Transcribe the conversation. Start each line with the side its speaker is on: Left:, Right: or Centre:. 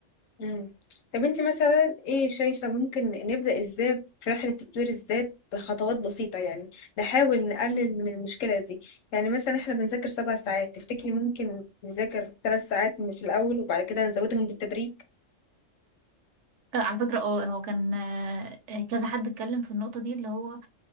Left: مم. طب انت مثلا ايه شايفة ممكن نبدأ ازاي في رحلة تطوير الذات بخطوات بسيطة يعني نحاول نقلل من المشكلة دي يعني مثلا احنا بنذاكر سبع ساعات تفتكري ممكن نذاكر ثلاث ساعات من في الأول وبعد كده نزودهم بالتدريج
Right: آه، على فكرة اه هو كان آه، آه، كذا حد اتكلم في النقطة دي اللي هو آه،